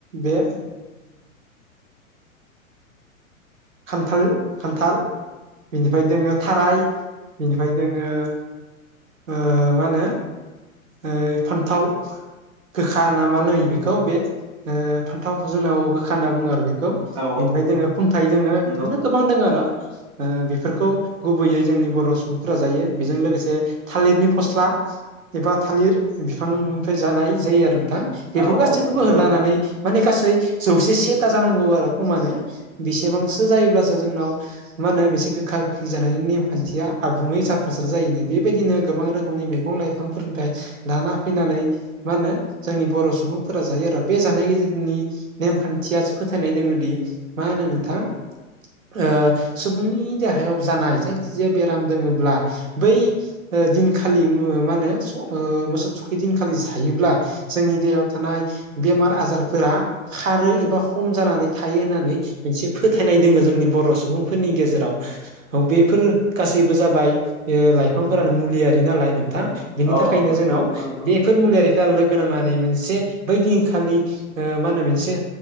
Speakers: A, on the right; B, on the right.
A: बे खान्थाल खान्थाल बिनिफ्राय दोङो थाराय बेनिफ्राय दोङो मा होनो ओ फान्थाव गोखा नाामा नै बेखौ बे फान्थाव जोंनाव गोखा होनना बुङो आरो बेखौ
B: औ
A: बेनिफ्राय दोङो खुन्थायाइ दोङ
B: नंगौ
A: बिदिनो गोबां दोङो आरो बेफोरखौ गुबैयै जोंनि बर' सुबुंफोरा जायो। बेजों लोगोसे थालिरनि फस्ला एबा थालिर बिफांनिफ्राय जानाय जायो आरो नोंथां बेफोर
B: औ
A: गासैखौबो
B: औ नंगौ
A: होलानानै
B: नोंथां
A: माने गासै जौसे सेथा जानांगौ आरो खमानो बेसेबांसो जायोब्लासो जोंनाव मा होनो मोनसे गोखा गोखै जानायनि नेम खान्थिया आबुङै जाफुंसार जायोनो। बेबायदिनो गोबां रोखोमनि मैगं लाइफांफोरनिफ्राय लाना फैनानै मा होनो जोंनि बर' सुबुंफोरा जायो आरो बे जानाय गुन नेमखान्थियासो फोथायनाय दोङोदि मा होनो नोंथां। ओ सुबुंनि देहायाव जानायजों जे बेराम दोङोब्ला बै दिनखालि मा होनो मोसौ थुखि दिनखालि जायोब्ला जोंनि दहायाव थानाय बेमार आजारफोरा खारो एबा हम जानानै थायो होननानै मोनसे फोथायनाय दङो जोंनि बर' सुबुंफोरनि गेजेराव औ बेफोर गासैबो जाबाय लाइफांफोरानो मुलियारि नालाय नोंथां। बेनि
B: औ
A: थाखायनो
B: औ नंगौ
A: जोंनाव
B: नोंथां नंगौ
A: बेफोर मुलिारिफोरा लोगो नांनानै मोनसे बै दिनखालि ओ मा होनो बेसे